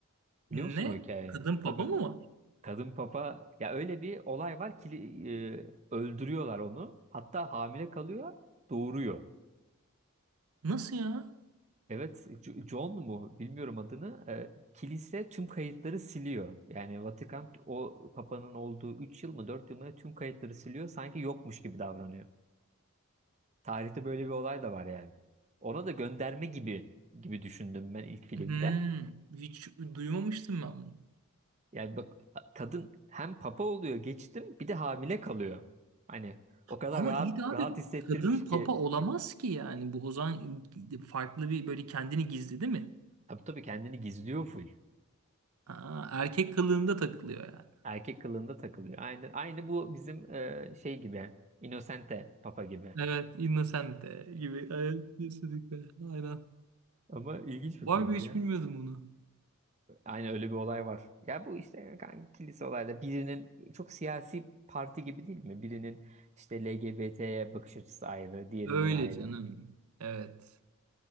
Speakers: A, on the right; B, on the right.
A: Ne?
B: Biliyor musun o hikayeyi?
A: Kadın
B: Tabii.
A: papa mı var?
B: Kadın papa ya öyle bir olay var ki e, öldürüyorlar onu. Hatta hamile kalıyor, doğuruyor.
A: Nasıl ya?
B: Evet, Jo- John mu bilmiyorum adını. E, kilise tüm kayıtları siliyor. Yani Vatikan o papanın olduğu 3 yıl mı 4 yıl mı ne tüm kayıtları siliyor. Sanki yokmuş gibi davranıyor. Tarihte böyle bir olay da var yani. Ona da gönderme gibi gibi düşündüm ben ilk filmde.
A: Hmm, hiç duymamıştım ben bunu.
B: Yani bak kadın hem papa oluyor geçtim bir de hamile kalıyor. Hani o kadar
A: Ama
B: rahat
A: iyi de abi
B: rahat hissettirmiş
A: kadın papa
B: ki
A: olamaz ki yani bu o zaman farklı bir böyle kendini gizledi mi?
B: tabii tabii kendini gizliyor full.
A: Ha, erkek kılığında takılıyor yani.
B: Erkek kılığında takılıyor. Aynı aynı bu bizim e, şey gibi Innocente Papa gibi.
A: Evet, Innocente gibi. Evet, kesinlikle. Aynen.
B: Ama ilginç bir
A: Var
B: filmdi
A: mı hiç
B: ya.
A: bilmiyordum bunu.
B: Aynı öyle bir olay var. Ya bu işte kanka kilise olayla birinin çok siyasi parti gibi değil mi? Birinin işte LGBT'ye bakış açısı ayrı, diğerinin
A: Öyle
B: ayrı.
A: canım. Evet.